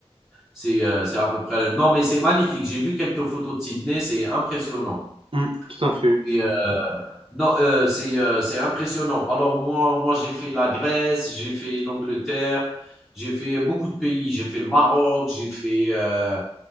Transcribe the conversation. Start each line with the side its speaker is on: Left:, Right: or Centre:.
Centre: C'est euh, c'est à peu près. Non, mais c'est magnifique. J'ai vu quelques photos de Sydney, c'est impressionnant.
Right: Mm, tout à fait.
Centre: Et, euh, non, euh, c'est euh, c'est impressionnant. Alors moi, moi j'ai fait la Grèce, j'ai fait l'Angleterre, j'ai fait beaucoup de pays. J'ai fait le Maroc, j'ai fait euh,